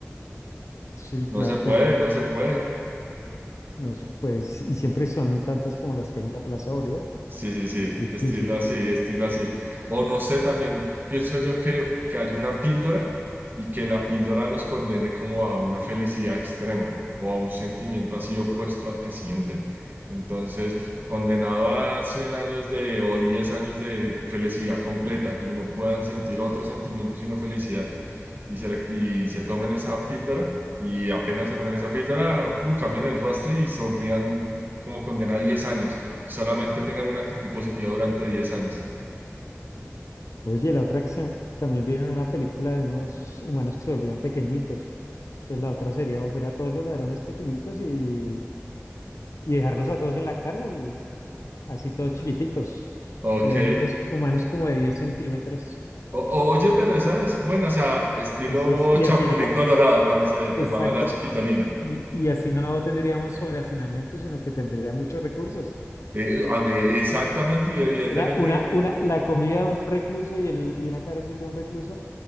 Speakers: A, on the left; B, on the right.
A: Sí,
B: No
A: claro,
B: se puede,
A: pues la,
B: no se puede.
A: no se puede, s- y siempre son tantas como las que hay en la Plaza Bolívar.
B: Sí, sí, sí,
A: Difícil.
B: estilo así, estilo así. O no sé, también pienso yo que, que hay una píldora y que la píldora los condene como a una felicidad extrema o a un sentimiento así opuesto al que sienten. Entonces, condenado a 100 años de o 10 años de felicidad completa y no puedan sentir otro sentimiento sino felicidad y se, le- y se tomen esa píldora y apenas se tomen esa píldora, pum, cambian el rostro y sonrían como condena a 10 años solamente tengan una actitud positiva durante 10 años.
A: Oye, la otra que se me- también vieron una película de unos humanos que se volvían pequeñitos. Entonces la otra sería volver a todos los ladrones pequeñitos y, y dejarlos a todos en la cárcel y así todos chiquiticos.
B: Ok.
A: Habían unos humanos como de 10 centímetros.
B: O- o- oye, pero esa es buena, o sea, estilo
A: Entonces, y
B: Chapulín
A: así no,
B: Colorado, cuando se tomaba
A: exacto,
B: la chiquitolina.
A: y, y así no tendríamos sobrehacinamiento, sino que tendría muchos recursos.
B: Eh, eh, a ver, exactamente y evidentemente,
A: Una, una,
B: u-
A: una, la comida de un recluso y, el, y una cárcel de un recluso